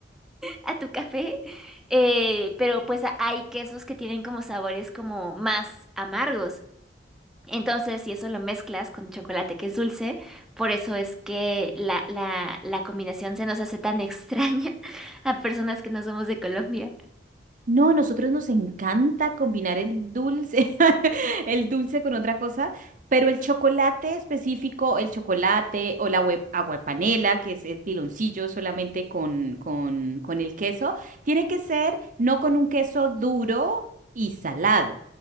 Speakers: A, in the centre; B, on the right.
A: a tu café, eh, pero pues a- hay quesos que tienen como sabores como más amargos. Entonces, si eso lo mezclas con chocolate que es dulce, por eso es que la, la, la combinación se nos hace tan extraña <laughs> a personas que no somos de Colombia.
B: No, a nosotros nos encanta combinar el dulce, <laughs> el dulce con otra cosa, pero el chocolate específico, el chocolate o la hue- aguapanela, que es el piloncillo solamente con, con, con el queso, tiene que ser no con un queso duro y salado,